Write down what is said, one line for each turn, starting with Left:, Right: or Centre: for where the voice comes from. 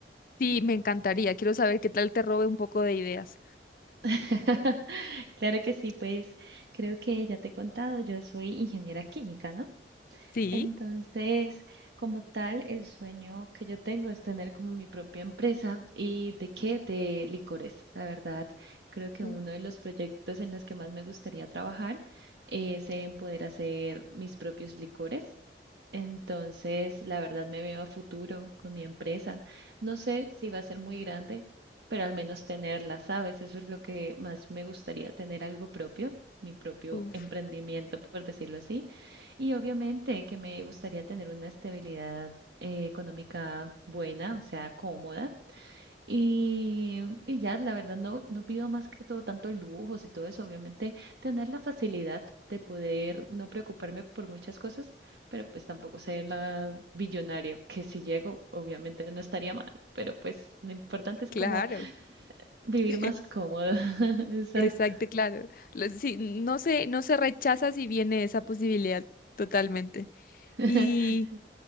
Left: Sí, me encantaría. Quiero saber qué tal te robe un poco de ideas.
Right: <laughs> Claro que sí, pues creo que ya te he contado, yo soy ingeniera química, ¿no?
Left: Sí.
Right: Entonces, como tal, el sueño que yo tengo es tener como mi propia empresa. ¿Y de qué? De licores. La verdad, creo que
Left: Uh,
Right: uno de los proyectos en los que más me gustaría trabajar es en poder hacer mis propios licores. Entonces, la verdad me veo a futuro con mi empresa. No sé si va a ser muy grande, pero al menos tenerla, ¿sabes? Eso es lo que más me gustaría, tener algo propio, mi propio
Left: uf,
Right: emprendimiento, por decirlo así. Y obviamente que me gustaría tener una estabilidad eh, económica buena, o sea, cómoda. Y, y ya, la verdad, no, no pido más que todo tanto lujos y todo eso. Obviamente, tener la facilidad de poder no preocuparme por muchas cosas, pero pues tampoco ser la billonaria, que si llego, obviamente no estaría mal, pero pues lo importante es
Left: claro.
Right: como vivir
Left: <laughs>
Right: más cómodo. <laughs> Exacto,
Left: Exacto, claro. Lo- sí, no se, no se rechaza si viene esa posibilidad totalmente.
Right: <laughs>
Left: Y